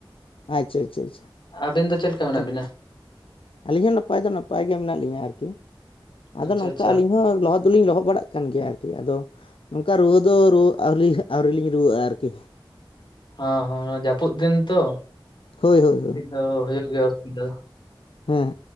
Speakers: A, on the left; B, on the left.
A: ᱟᱪᱪᱷᱟ ᱟᱪᱪᱷᱟ ᱟᱪᱪᱷᱟ
B: ᱟᱹᱵᱤᱱ ᱫᱚ ᱪᱮᱫ ᱞᱮᱠᱟ ᱢᱮᱱᱟᱜ
A: ᱪᱟᱦ,
B: ᱵᱤᱱᱟ
A: ᱟᱹᱞᱤᱧ ᱦᱚᱸ ᱱᱟᱯᱟᱭ ᱫᱚ ᱱᱟᱯᱟᱭ ᱜᱮ ᱢᱮᱱᱟᱜ ᱞᱤᱧᱟᱹ ᱟᱨᱠᱤ ᱟᱫᱚ
B: ᱟᱪᱪᱷᱟ
A: ᱱᱚᱝᱠᱟ
B: ᱟᱪᱪᱷᱟ
A: ᱟᱹᱞᱤᱧ ᱦᱚᱸ ᱞᱚᱦᱚᱫᱼᱼ ᱫᱩᱞᱤᱧ ᱞᱚᱦᱚᱜ ᱵᱟᱲᱟᱜ ᱠᱟᱱ ᱜᱮᱭᱟ ᱟᱨᱠᱤ ᱟᱫᱚ ᱱᱚᱝᱠᱟ ᱨᱩᱣᱟᱹ ᱫᱚ ᱨᱩᱣᱟᱹ ᱫᱚ ᱟᱹᱣᱨᱤ ᱟᱹᱣᱨᱤ ᱞᱤᱧ ᱨᱩᱣᱟᱹᱜᱼᱟ ᱟᱨᱠᱤ᱾
B: ᱦᱟᱸ ᱦᱟᱸ ᱡᱟᱯᱩᱫ ᱫᱤᱱ ᱛᱚ᱾
A: ᱦᱳᱭ ᱦᱳᱭ ᱦᱚᱭ,
B: ᱟᱫᱚ ᱦᱩᱭᱩᱜ ᱜᱮᱭᱟ ᱚᱥᱩᱵᱤᱫᱷᱟ ᱫᱚ᱾
A: ᱦᱮᱸ